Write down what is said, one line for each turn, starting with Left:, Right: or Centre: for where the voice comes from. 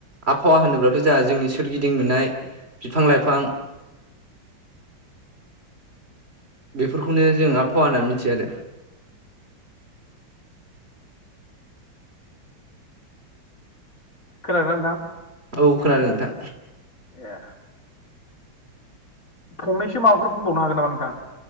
Right: आबहावा होनोब्लाथ' जोंहा जोंनि सोरगिदिं नुनाय बिफां लाइफां बेफोरखौनो जों आबहावा होन्नानै मिथियो आरो
Left: खोनादों ना नोंथां
Right: औ खोनादों नोंथां
Left: ए फंनैसो माबाफोर बुंबावनो हागोन नामा नोंथां